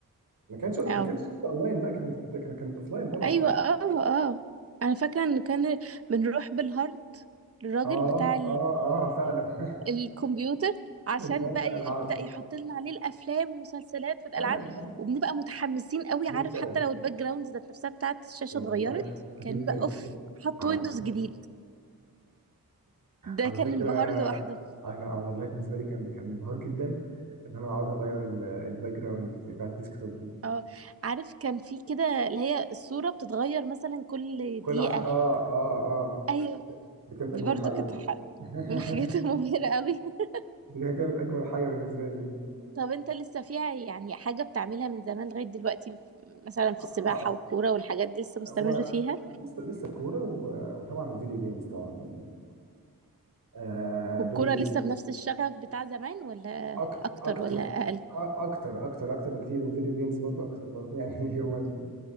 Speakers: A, on the right; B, on the right.
A: ما كانتش ما
B: اه
A: كانتش اونلاين بقى كانت كانت كانت اوفلاين طبعا
B: ايوه اه اه انا فاكره ان كان بنروح بالهارد للراجل
A: اه
B: بتاع
A: اه اه فعلا <laughs>
B: الكمبيوتر عشان
A: من ده الالعاب
B: بقى يبدأ يحط لنا عليه الافلام والمسلسلات والالعاب
A: ايوه
B: وبنبقى متحمسين قوي عارف
A: جدا
B: حتى لو الباك جراوند ذات نفسها بتاعت الشاشة
A: والله
B: اتغيرت كان
A: جدا
B: بيبقى اوف حط
A: على
B: ويندوز
A: <laughs> فكره
B: جديد ده
A: على
B: كان
A: فكره
B: انبهار لوحده
A: انا والله بالنسبه لي كان كان انبهار جدا ان انا اقعد اغير ال- الباك جراوند بتاعت الديسكتوب دي
B: اه عارف كان في كده اللي هي الصورة بتتغير مثلا كل
A: كل
B: دقيقة
A: عشان اه اه اه
B: ايوه
A: دي كانت
B: دي
A: اجمد
B: برضو
A: حاجه
B: كانت
A: دي
B: ح-
A: <laughs>
B: من الحاجات المبهرة قوي <laughs>
A: دي كانت اجمد حاجه بالنسبه لي دي
B: طب انت لسه فيها يعني حاجة بتعملها من زمان لغاية دلوقتي مثلا في
A: اه
B: السباحة والكورة والحاجات دي لسه مستمر
A: هو
B: فيها
A: لسه لسه الكوره و- وطبعا الفيديو جيمز طبعا يعني آه
B: والكرة
A: دول
B: لسه بنفس الشغف بتاع زمان ولا
A: اكتر
B: أكتر
A: اكتر
B: ولا أقل؟
A: آه، اكتر اكتر اكتر بكتير وفيديو جيمز برضو اكتر برضو يعني <laughs> هو ال-